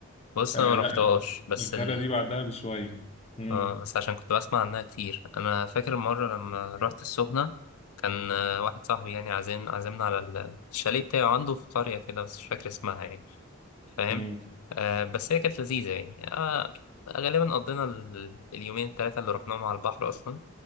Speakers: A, on the left; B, on the left.
A: بص
B: آه
A: انا ما رحتهاش
B: لا
A: بس
B: القارة
A: ال...
B: دي بعدها بشوية مم.
A: اه بس عشان كنت بسمع عنها كتير انا فاكر مرة لما رحت السخنة كان آه، واحد صاحبي يعني عازم عازمنا على ال- الشاليه بتاعه عنده في قرية كده بس مش فاكر اسمها يعني فاهم
B: مم.
A: آه بس هي كانت لذيذة يعني آه غالبا قضينا ال... اليومين التلاتة اللي رحناهم على البحر أصلا